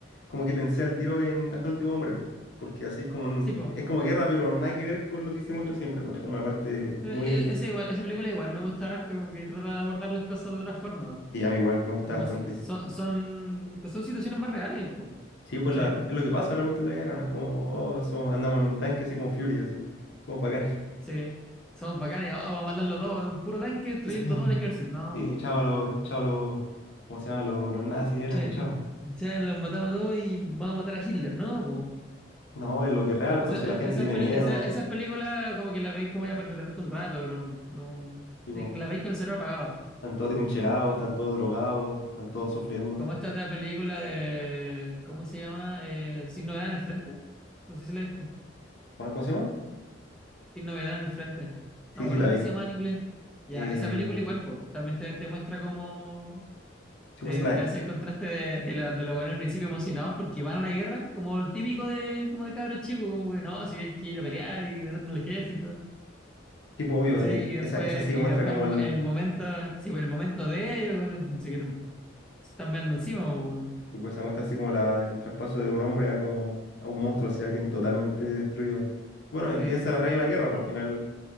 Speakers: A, on the left (about 65°); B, in the centre.
A: como que pensé al tiro en Hasta el último hombre, po, Porque así es como un-
B: Sí, pues.
A: es como guerra, pero nada que ver con lo que se muestra siempre, pues. Como la parte
B: Ese,
A: muy.
B: igual- esa película igual me gusta harto, como que trata de abordar las cosas de otra forma.
A: Sí, a mí igual, me gusta
B: Como
A: bastante.
B: so- son, son, que son situaciones más reales, po,
A: Sí, pues
B: ¿cachai?
A: la, es lo que pasa realmente en la guerra, no es como, oh, somos- andamos en un tanque así como Fury, así. Somos bacanes.
B: Sí. Somos bacanes, oh, vamos a matarlo todo, un puro tanque
A: <laughs>
B: destruyendo
A: Sí.
B: todo el ejército. No,
A: Sí, chao
B: po, no.
A: los, chao los, ¿cómo se llama? Los, los nazis era,
B: Che,
A: chao.
B: ya los matamos a todos y vamos a matar a Hitler, ¿no?
A: No, es lo que es real,
B: Pues, esa-
A: pues si
B: e-
A: la gente
B: esas,
A: tiene
B: pel-
A: miedos,
B: esa- esas películas como que las veis como ya para entretenerte un rato, pero no...
A: tipo,
B: Las veis con el cerebro apagado.
A: están todos trincherados, están todos drogados, están todos sufriendo.
B: Como esta otra película de... ¿Cómo se llama? Eh, Sin novedad en el frente. No sé si la viste.
A: ¿Cómo cómo se llama?
B: Sin novedad en el frente. No
A: Sí,
B: me acuerdo
A: sí, la
B: cómo
A: vi.
B: se llama en inglés.
A: Eh,
B: Ya, esa película igual, pues, también te, te muestra cómo,
A: sí,
B: te,
A: pues, la,
B: te hace el contraste de, de, la- de lo bueno al principio emocionados porque van a la guerra, como el típico de, como de cabros chicos, como que no, si hay que ir a pelear y meternos al ejército,
A: tipo, obvio,
B: ¿cachai?
A: eh,
B: Y después,
A: esa, esa sí
B: y
A: muestra
B: después
A: como
B: el,
A: el,
B: el momento, sí, pues el momento de ellos, bueno, se, quieren- se están meando encima, pues, bueno.
A: sí, pues, se muestra así como la, el traspaso de un hombre a como, a un monstruo, así, alguien totalmente destruido. Bueno,
B: sí,
A: y esa es la raya
B: sí,
A: de la guerra, pues al final